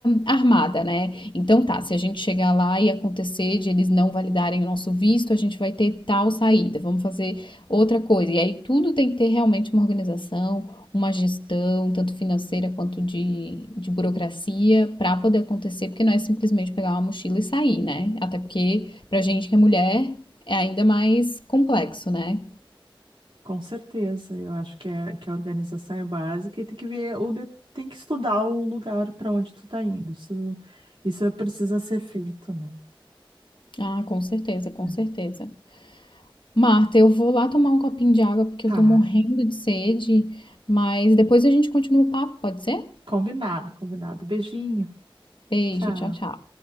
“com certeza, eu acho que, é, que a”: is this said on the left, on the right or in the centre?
Right